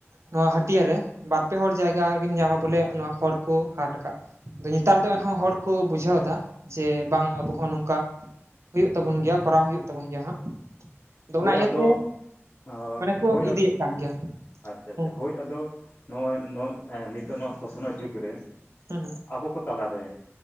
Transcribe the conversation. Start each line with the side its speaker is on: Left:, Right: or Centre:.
Right: ᱱᱚᱣᱟ ᱦᱟᱹᱴᱭᱟᱹᱨᱮ ᱵᱟᱨ ᱯᱮ ᱦᱚᱲ ᱡᱟᱭᱜᱟ ᱟᱨᱜᱮᱢ ᱧᱟᱢᱟ ᱵᱚᱞᱮ ᱱᱚᱣᱟ ᱦᱚᱲ ᱠᱚ ᱦᱟᱴ ᱟᱠᱟ ᱟᱫᱚ ᱱᱮᱛᱟᱨ ᱫᱚ ᱮᱱᱦᱚᱸ ᱦᱚᱲ ᱠᱩ ᱵᱩᱡᱷᱟᱹᱣ ᱮᱫᱟ ᱡᱮ ᱵᱟᱝ ᱟᱵᱚ ᱦᱚᱸ ᱱᱚᱝᱠᱟ ᱦᱩᱭᱩᱜ ᱛᱟᱵᱚᱱ ᱜᱮᱭᱟ ᱠᱚᱨᱟᱣ ᱦᱩᱭᱩᱜ ᱛᱟᱵᱚᱱ ᱜᱮᱭᱟ ᱦᱟᱸᱜ
Left: ᱦᱳᱭ
Right: ᱚᱱᱟ ᱤᱭᱟᱹᱛᱮ
Left: ᱟᱫᱚ <unintelligible>
Right: ᱢᱟᱱᱮ ᱠᱚ ᱤᱫᱤᱭᱮᱫ ᱠᱟᱱ ᱜᱮᱭᱟ
Left: ᱟᱪᱪᱷᱟ ᱟᱪᱪᱷᱟ
Right: ᱦᱩᱸ
Left: ᱦᱳᱭ ᱟᱫᱚ ᱱᱚᱜᱼᱚᱭ ᱱᱚᱜ ᱱᱤᱛᱚᱜ ᱱᱚᱣᱟ ᱥᱚᱥᱱᱚᱜ ᱡᱩᱜᱽ ᱨᱮ
Right: ᱦᱩᱸ
Left: ᱟᱵᱚ ᱠᱚ ᱛᱟᱞᱟᱨᱮ